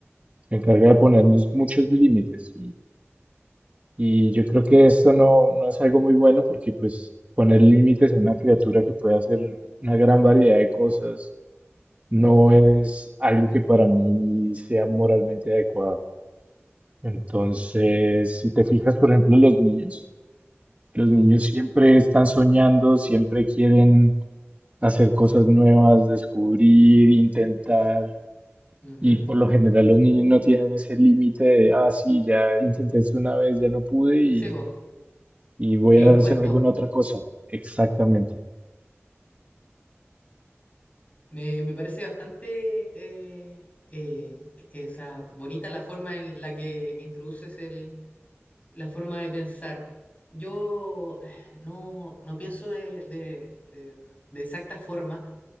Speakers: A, on the right; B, on the left.
A: se encarga de ponernos muchos límites Y yo creo que esto no, no es algo muy bueno porque pues poner límites a una criatura que puede hacer una gran variedad de cosas no
B: ujú,
A: es algo que para mí sea moralmente adecuado. Entonces, si te fijas, por ejemplo, los niños, los
B: ajá,
A: niños siempre están soñando, siempre quieren hacer cosas nuevas, descubrir, intentar.
B: ujú.
A: Y por lo general los niños no tienen ese límite de, ah, sí, ya intenté esto una vez, ya no pude y
B: Sebo,
A: y voy
B: e
A: a
B: impuesto.
A: hacer alguna otra cosa. Exactamente.
B: Me, me parece bastante eh, eh, esa, bonita la forma en la que introduces el, la forma de pensar. Yo eh, no, no pienso de, de- de- de exacta forma,